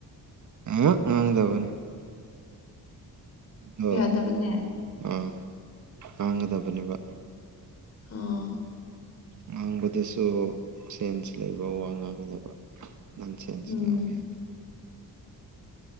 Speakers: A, on the right; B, on the left.
A: ꯑ ꯉꯥꯡꯗꯕꯅꯤ ꯑꯗꯣ
B: ꯌꯥꯗꯕꯅꯦ
A: ꯑꯥ ꯇꯥꯡꯒꯗꯕꯅꯦꯕ
B: ꯑ
A: ꯉꯥꯡꯕꯗꯁꯨ ꯁꯦꯟꯁ ꯂꯩꯕ ꯋꯥ ꯉꯥꯡꯒꯗꯕ <unintelligible>
B: ꯎꯝ